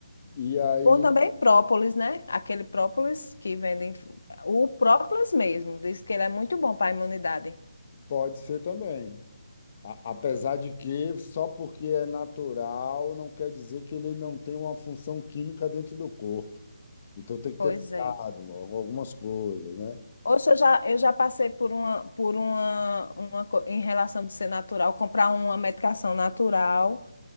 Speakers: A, on the left; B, on the left.
A: E aí
B: Bom também própolis, né? Aquele própolis que vendem. O própolis mesmo. Diz que ele é muito bom para a imunidade.
A: pode ser também. A- apesar de que só porque é natural não quer dizer que ele não tem uma função química dentro do corpo. Então tem que
B: Pois
A: ter cuidado
B: é.
A: com algumas coisas, né?
B: Oxe, eu já, eu já passei por uma, por uma, uma, co- em relação de ser natural, comprar uma medicação natural.